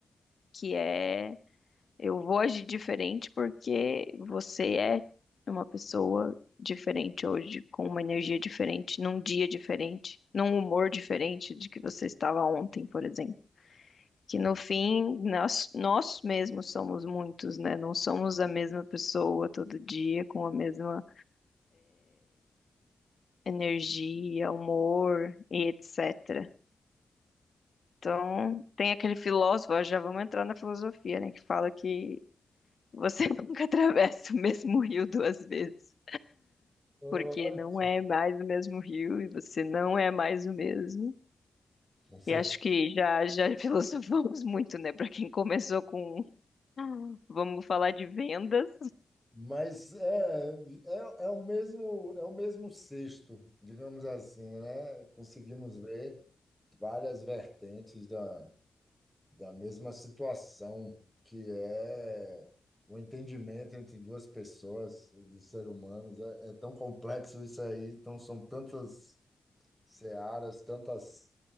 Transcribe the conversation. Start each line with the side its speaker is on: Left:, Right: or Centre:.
Left: que é eu vou agir diferente porque você é uma pessoa diferente hoje, com uma energia diferente, num dia diferente, num humor diferente de que você estava ontem, por exemplo. Que no fim, nós, nós mesmos somos muitos, né? Não somos a mesma pessoa todo dia, com a mesma energia, humor e etc. Então, tem aquele filósofo, já vamos entrar na filosofia, né, que fala que você <laughs> nunca atravessa o mesmo rio duas vezes,
Centre: Ótimo.
Left: porque não é mais o mesmo rio e você não é mais o mesmo.
Centre: Você-
Left: E acho que já já <laughs> filosofamos muito, né, para quem começou com vamos falar de vendas,
Centre: Mas é, é, é o mesmo, é o mesmo cesto, digamos assim, né? Conseguimos ver várias vertentes da, da mesma situação, que é o entendimento entre duas pessoas, dos seres humanos. É, é tão complexo isso aí, então são tantas searas, tantas,